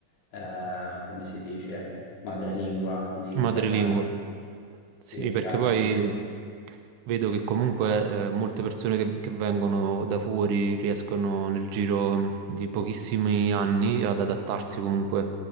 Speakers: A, on the left (about 80°); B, on the right (about 80°).
A: eh, come si dice, madrelingua di
B: madrelingua.
A: italiano.
B: Sì,
A: Sì,
B: perché
A: già,
B: poi
A: giusto.
B: vedo che comunque eh, molte persone che, che vengono da fuori riescono nel giro di pochissimi anni ad adattarsi comunque